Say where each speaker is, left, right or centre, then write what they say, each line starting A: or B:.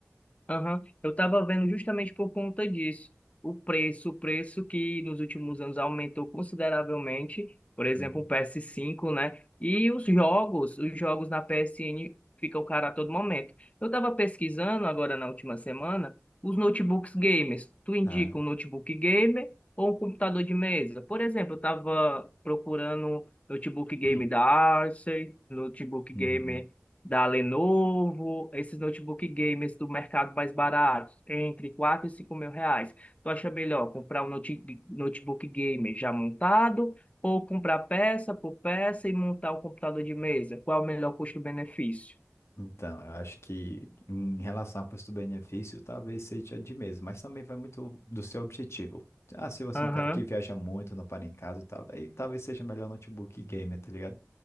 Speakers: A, on the left (about 30°); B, on the left (about 65°).
A: Aham, Eu estava vendo justamente por conta disso. O preço, o preço que nos últimos anos aumentou consideravelmente, por exemplo,
B: Uhum.
A: o PS5, né? E os jogos, os jogos na PSN ficam caros a todo momento. Eu estava pesquisando agora na última semana os notebooks gamers. Tu indica
B: Ah.
A: um notebook gamer ou um computador de mesa? Por exemplo, eu estava procurando notebook game
B: Sim.
A: da Acer, notebook
B: Uhum.
A: gamer da Lenovo, esses notebook gamers do mercado mais baratos, entre 4 e 5 mil reais. Tu acha melhor comprar um note- notebook gamer já montado ou comprar peça por peça e montar o computador de mesa? Qual é o melhor custo-benefício?
B: Então, eu acho que em relação ao custo-benefício, talvez seja de mesmo, mas também vai muito do seu objetivo. Ah, se você
A: Aham,
B: é um cara que viaja muito, não para em casa e tal, daí talvez seja melhor notebook gamer, tá ligado?